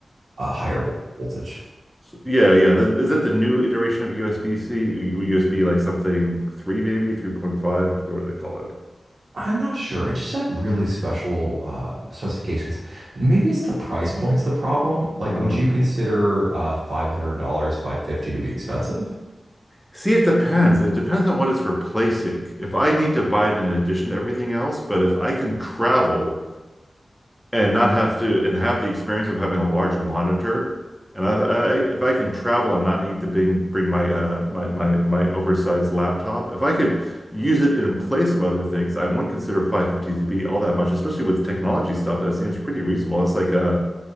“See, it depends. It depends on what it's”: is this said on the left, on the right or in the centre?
Centre